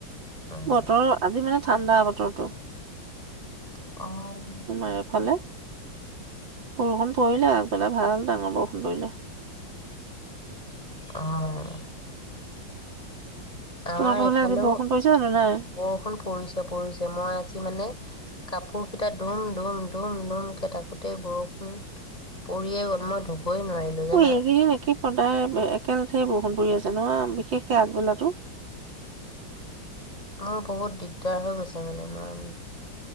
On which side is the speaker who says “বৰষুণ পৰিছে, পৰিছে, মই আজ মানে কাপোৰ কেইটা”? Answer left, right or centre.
Left